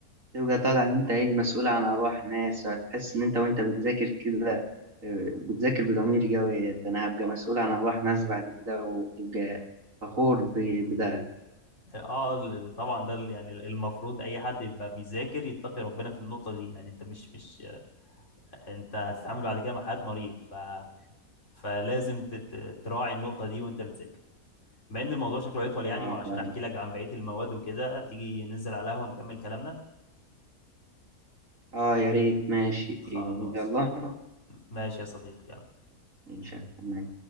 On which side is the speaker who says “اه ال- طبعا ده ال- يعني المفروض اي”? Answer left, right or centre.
Left